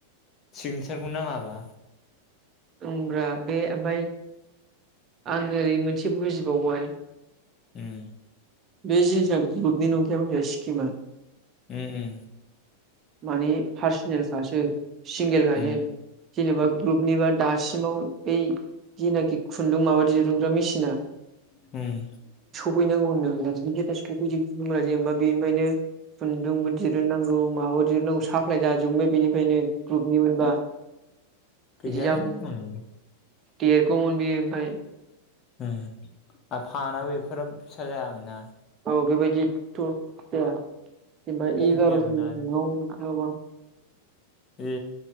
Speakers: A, on the left; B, on the right.
A: सिगनेसारखौ नाङाबा
B: होनब्रा बे ओमफफ्राय आं ओरै मोनसे बुजिबावबाय
A: ओम
B: बे जिनिसा ग्रुपनि नंखाया मोनथिनाय सिखिमा
A: ओम ओम
B: माने पार्सनेलखासो सिंगेलखासो
A: उम
B: जेनेबा ग्रुपनिबा दासिमाव बै जेनाखि खुनदुं माबा दिरुनग्रा मेसिना
A: होम
B: है नांगौ होनदोंमोनना जेनबा बेनिफायनो जों खुुंबो दिरुं नांगौ माबाब। <unintelligible> साप्लाय जाजोबनो।। बेनिफायनो ग्रुपनि मोनबा
A: गैयानो
B: बिदि जाखौब।
A: मावनांगौ
B: देरगौमोन बियो ओमफाय।
A: होम। आरो थानाबो। <unintelligible> फिसा जायामोन ना।
B: औ बेबायदि। <unintelligible> एबा
A: खम
B: एगार'जोन
A: फैयामोन आरो
B: मुंङाव एबार।
A: ए